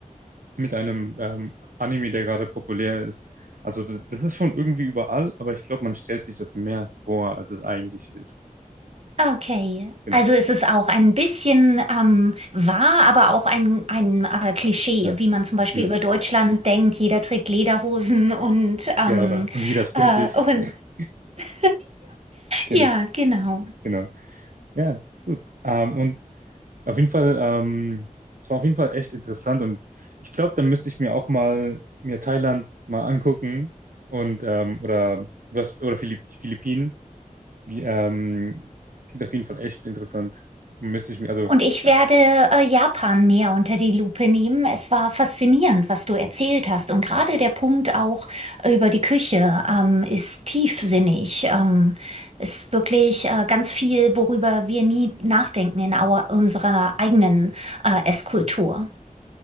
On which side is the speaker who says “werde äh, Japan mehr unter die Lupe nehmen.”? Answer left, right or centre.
Right